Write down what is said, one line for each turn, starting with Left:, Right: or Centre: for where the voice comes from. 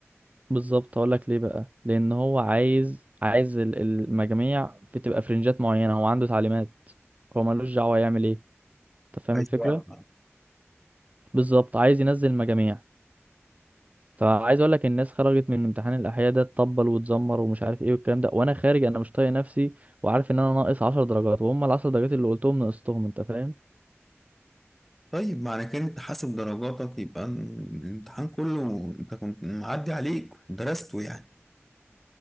Right: بالظبط هقول لك ليه بقى لان هو عايز عايز ال- المجاميع بتبقى فرنجات معينه هو عنده تعليمات هو ملوش دعوه يعمل ايه انت فاهم
Centre: عايز
Right: الفكره
Centre: وقت
Right: بالظبط عايز ينزل مجاميع فعايز اقول لك الناس خرجت من امتحان الاحياء ده تطبل وتزمر ومش عارف ايه والكلام ده وانا خارج انا مش طايق نفسي وعارف ان انا ناقص 10 درجات وهم ال 10 درجات اللي قلتهم نقصتهم انت فاهم
Centre: طيب معنى كده أنت حاسب درجاتك يبقى الامتحان كله أنت كنت معدي عليك ودرسته يعني